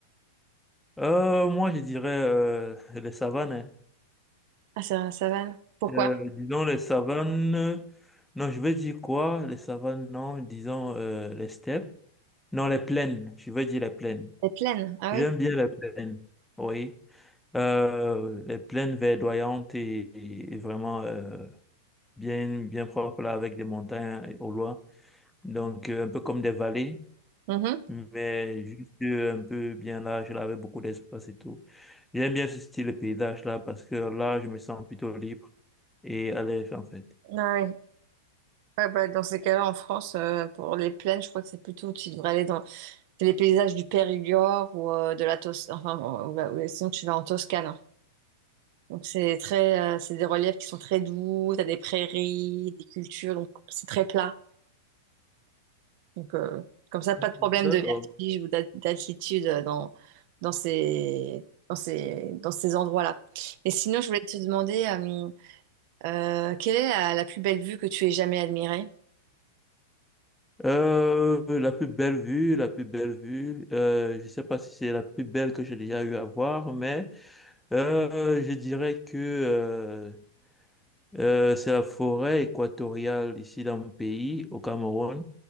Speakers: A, in the centre; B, on the right.
A: Euh, moi, je dirais euh, les savanes. hein.
B: Ah, c'est la savane. Pourquoi?
A: Euh, disons les savanes. euh, Non, je veux dire quoi? Les savanes, non. Disons euh, les steppes. Non, les plaines. Je veux dire les plaines.
B: Les plaines, ah
A: J'aime
B: oui.
A: bien les plaines. Oui. Euh, les plaines verdoyantes et, et vraiment euh, bien, bien propres là, avec des montagnes au loin. Donc, euh, un peu comme des vallées.
B: Mhm.
A: Mais juste un peu bien large, là, avec beaucoup d'espace et tout. J'aime bien ce style de paysage là parce que là, je me sens plutôt libre et à l'aise en fait.
B: Ah oui. Ouais, bah, dans ces cas-là, en France, euh, pour les plaines, je crois que c'est plutôt, tu devrais aller dans c'est les paysages du Périgord ou euh, de la Toscane, enfin, bon, ou la- ou- sinon tu vas en Toscane. hein. Donc c'est très, euh, c'est des reliefs qui sont très doux, t'as des prairies, des cultures, donc c'est très plat. Donc euh, comme ça, pas de problème
A: D'accord.
B: de vertige ou d'a- d'altitude euh, dans, dans ces, dans ces, dans ces endroits-là. Et sinon, je voulais te demander, euh, Euh, quelle est la, la plus belle vue que tu aies jamais admirée?
A: Euh, la plus belle vue, la plus belle vue, euh, je sais pas si c'est la plus belle que j'ai déjà eu à voir, mais euh, je dirais que euh, euh, c'est la forêt équatoriale ici dans mon pays, au Cameroun.